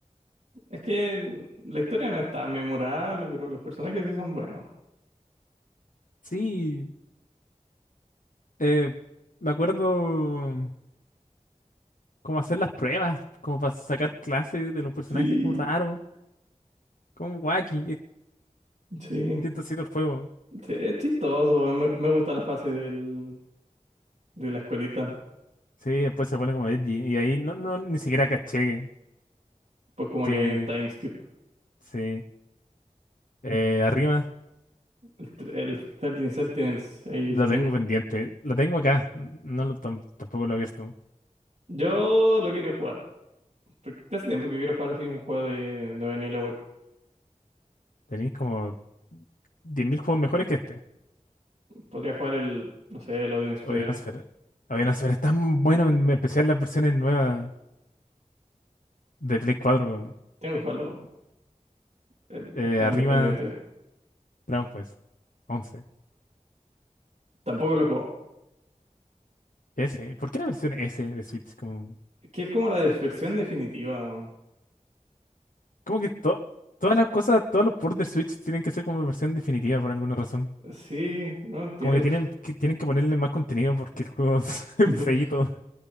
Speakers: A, on the right (about 60°); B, on the left (about 80°).
A: Es que la historia no es tan memorable, pero los personajes sí son buenos.
B: Sí, Eh, me acuerdo cómo hacer las pruebas, como para sacar clases de los personajes,
A: Sí.
B: como raro, como wacky, es
A: Sí,
B: chistosito el juego.
A: sí, es chistoso. Me, me gusta la fase del, de la escuelita.
B: Sí, después se pone como edgy, y ahí no,
A: Pues
B: no, ni siquiera caché
A: como
B: que,
A: que hay un time skip.
B: sí, eh, arriba
A: El, tr- el 13 Sentinels Aegis
B: lo tengo
A: Rim.
B: pendiente, lo tengo acá, n- no lo, tam- tampoco lo he abierto.
A: Yo lo quiero jugar. Porque hace tiempo que quiero jugar así un juego de, de Vanillaware.
B: Tenéis como 10.000 juegos mejores que este,
A: Podría jugar el, no sé, el Odin Sphere.
B: Odionosfera. Odionosfera es tan bueno, en especial las versiones nuevas de Play 4,
A: Tengo que jugarlo. eh,
B: eh,
A: Está
B: arriba
A: en mis pendientes.
B: Dragon Quest 11.
A: Tampoco lo he jugado.
B: S. ¿Por qué la versión S de Switch? Como,
A: Es que es como la versión definitiva, man.
B: como que to- todas las cosas, todos los ports de Switch tienen que ser como versión definitiva por alguna razón.
A: Sí, no entiendo.
B: Como que tienen que, tienen que ponerle más contenido porque el juego es
A: <laughs>
B: <laughs> feíto.